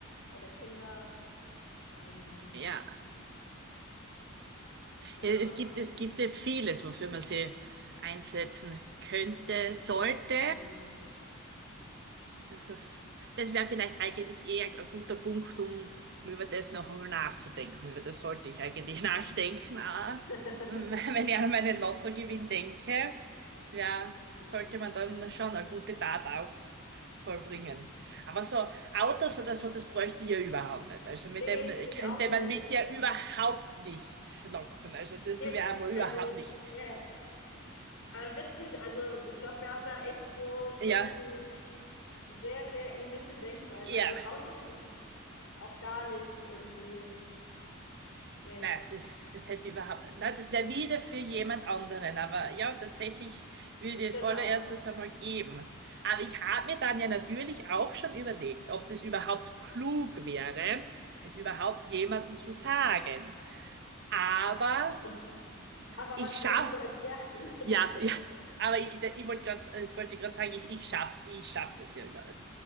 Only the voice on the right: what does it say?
ja.
Ja, Es gibt, es gibt ja vieles, wofür man sie einsetzen könnte, sollte.
Das ist, das wäre vielleicht eigentlich eher ein guter Punkt, um, um über das noch einmal nachzudenken. Über das sollte ich eigentlich <laughs> nachdenken. Ah,
wenn ich an meinen Lottogewinn denke, das wär,
sollte man dann schon eine gute Tat auch vollbringen. Aber so Autos oder so, das bräuchte ich ja überhaupt nicht. Also mit
dem
könnte
man mich ja überhaupt nicht locken. Also das
wäre mal überhaupt
nichts.
Ja,
ja.
Na, das, das hätte ich überhaupt nicht. Na, das wäre wieder für jemand anderen. Aber ja, tatsächlich würde ich es
allererstes einmal geben. Aber ich habe mir dann ja natürlich auch schon überlegt, ob das überhaupt klug wäre, es überhaupt jemandem zu sagen. Aber
ich
schaff,
ja, ja. Aber ich, ich wollte gerade, das wollte ich gerade sagen, ich, ich schaff, ich schaff das ja über.